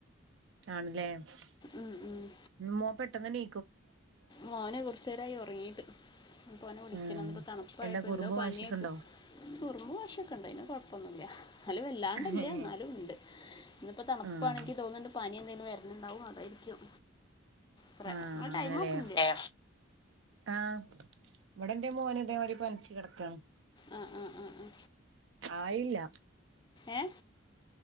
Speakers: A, on the right; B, on the left.
A: ആണ്ലെ <unintelligible>
B: ഉം ഉം
A: മോ പെട്ടെന്ന് നീ
B: മോന് കൊറചേരായി ഒറങ്ങീട്ട്. ഞ്പ്പോ ഓനെ വിളിക്കണം
A: ഉം
B: ന്ന്പ്പോ തണുപ്പായപ്പോ
A: എന്താ കുറുമ്പും
B: എന്തോ പനിയോ
A: വാശിയൊക്കെ ഉണ്ടോ
B: ക് കുറുമ്പ് വാശി <unintelligible> ന്ന് കൊയപ്പന്നൂല്യ എന്നാലും വല്ലാണ്ട്ല്ല
A: ആഹ്
B: എന്നാലും ഉണ്ട്. ഇന്നിപ്പോ തണുപ്പാണെങ്കി
A: ആഹ്
B: ക്ക് തോന്ന്ണ്ട് പനി എന്തെങ്കിലും വര്ന്ണ്ടാവും അതായിരിക്കും. കുറേ
A: ആ
B: നിങ്ങൾ
A: അങ്ങനെലെ
B: ടൈം നോക്കുന്നില്ലേ
A: ആ. ഇവിടെ ന്റെ മോന് ഇതേമാരി പനിച്ച് കെടക്കാണ്.
B: ആ ആ ആ ആ.
A: ആയില്ല
B: ഏ.